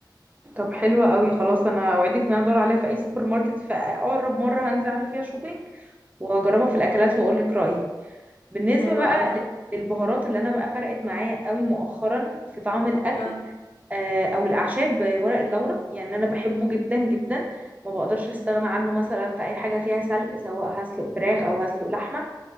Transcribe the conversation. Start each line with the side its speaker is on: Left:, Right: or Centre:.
Right: طب حلوة قوي خلاص انا اوعدك ان انا ادور عليها في اي سوبر ماركت في اقرب مرة هنزل اعمل فيها شوبينج واجربها في الاكلات واقول لك رايي بالنسبة
Left: حلوة
Right: بقى
Left: قوي
Right: للبهارات اللي انا بقى فرقت معايا قوي مؤخرا في طعم الاكل
Left: اه
Right: آه، او الاعشاب آه، ورق اللورا يعني انا بحبه جدا جدا ما بقدرش استغنى عنه مثلا في اي حاجة فيها سلق سواء هسلق فراخ او هسلق لحمة